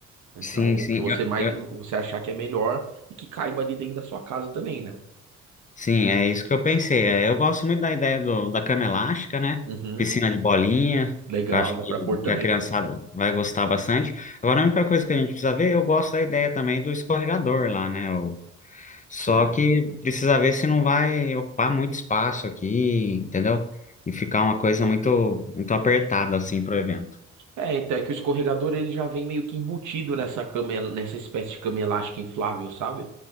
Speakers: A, on the right (about 75°); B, on the left (about 25°).
A: Então,
B: sim, sim.
A: o que você
B: Eu,
A: mais
B: eu-
A: você achar que é melhor e que caiba ali dentro da sua casa também, né?
B: sim, é isso que eu pensei. É, eu gosto muito da ideia do, da cama elástica, né?
A: Uhum.
B: Piscina de bolinha,
A: Legal,
B: que eu acho
A: dá
B: que,
A: pra pôr também.
B: que a criançada vai gostar bastante. Agora, a única coisa que a gente precisa ver, eu gosto da ideia também do escorregador lá, né? Só
A: Certo.
B: que precisa ver se não vai ocupar muito espaço aqui, entendeu? E ficar uma coisa muito, muito apertada assim pro evento.
A: É, então é que o escorregador ele já vem meio que embutido nessa cama, el- nessa espécie de cama elástica inflável, sabe?